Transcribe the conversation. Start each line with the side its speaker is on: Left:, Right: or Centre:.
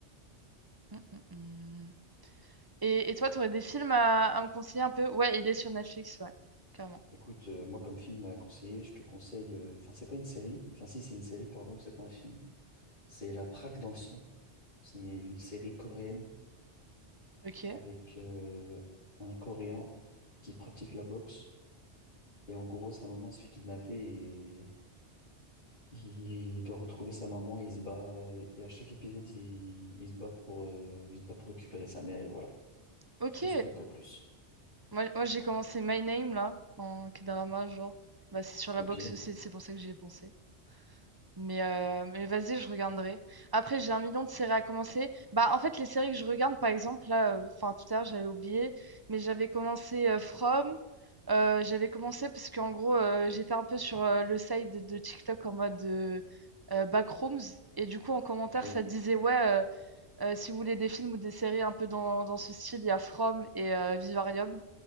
Right: Mm, mm, mm. Et, et toi, tu aurais des films à, à me conseiller un peu? Ouais, il est sur Netflix, ouais, clairement.
Left: Écoute, euh, moi, comme film à conseiller, je te conseille. euh, Enfin, c'est pas une série. Enfin, si, c'est une série, pardon, c'est pas un film. C'est La Traque dans le sang. C'est une série coréenne
Right: Ok.
Left: avec euh, un Coréen qui pratique la boxe. Et en gros, sa maman elle se fait kidnapper Il, doit retrouver sa maman et il se bat. Et à chaque épisode, il, il se bat pour, euh, il se bat pour récupérer sa mère et voilà.
Right: Ok.
Left: Je te spoil pas plus.
Right: Moi, moi j'ai commencé My Name, là, en K-drama, genre. Bah, c'est sur la
Left: Ok,
Right: box aussi, c'est pour ça que j'y ai pensé. Mais, euh, mais vas-y, je regarderai. Après, j'ai un million de séries à commencer. Bah, en fait, les séries que je regarde, par exemple, là, euh, enfin, tout à l'heure, j'avais oublié, mais j'avais commencé euh, From. euh, j'avais commencé parce qu'en gros, euh, j'étais un peu sur euh, le site de, de TikTok en mode euh, euh, Backrooms. Et du coup, en commentaire,
Left: ok.
Right: ça disait, ouais, euh, euh, si vous voulez des films ou des séries un peu dans, dans ce style, il y a From et euh, Vivarium.